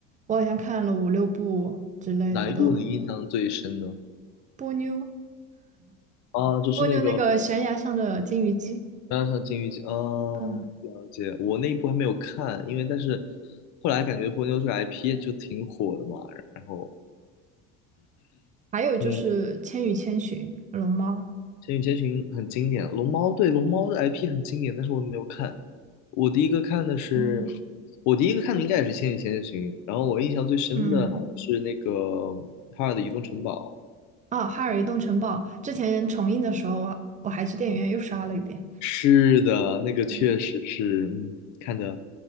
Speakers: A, on the right; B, on the left.
A: 我好像看了五六部之类的，
B: 哪一部你印象最深呢？
A: 我都呃波妞
B: 啊，就是那个
A: 蜗牛那个悬崖上的金鱼姬，
B: 当然上金鱼哦，
A: 嗯，
B: 了解。我那一部还没有看，因为但是后来感觉波妞这个 IP 就挺火的嘛。然后，
A: 还有就是《千与千寻》龙猫，
B: 嗯，《千与千寻》很经典，《龙猫》对《龙猫》的 IP 很经典，但是我没有看。我第一个看的是，
A: 嗯，
B: 我第一个看的应该也是《千与千寻》，然后我印象最深的好像是那个哈尔的移动城堡。
A: 嗯，啊，哈尔移动城堡，之前重映的时候啊，我还去电影院又刷了一遍。
B: 是的，那个确实是，
A: 嗯
B: 嗯，看着